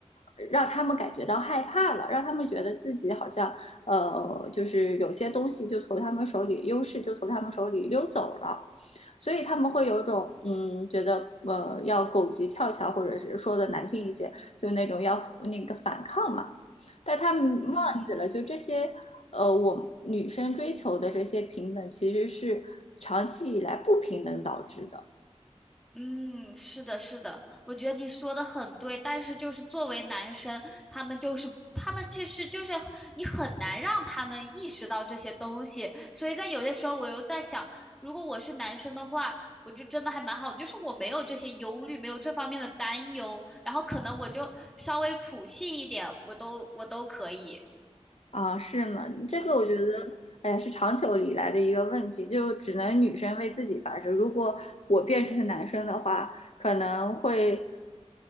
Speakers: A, on the left; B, in the centre.
A: 呃让他们感觉到害怕了，让他们觉得自己好像呃就是有些东西就从他们手里优势就从他们手里溜走了。所以他们会有一种嗯，觉得呃要狗急跳墙，或者是说的难听一些，就那种要那个反抗嘛。但他们忘记了，
B: 嗯。
A: 就这些呃，我女生追求的这些平等，其实是长期以来不平等导致的。
B: 嗯，是的，是的，我觉得你说的很对，但是就是作为男生，他们就是他们其实就是你很难让他们意识到这些东西，所以在有些时候我又在想，如果我是男生的话，我就真的还蛮好，就是我没有这些忧虑，没有这方面的担忧，然后可能我就稍微普信一点，我都我都可以。
A: 啊，是呢，这个我觉得，哎，是长久以来的一个问题，就只能女生为自己发声。如果我变成男生的话，可能会，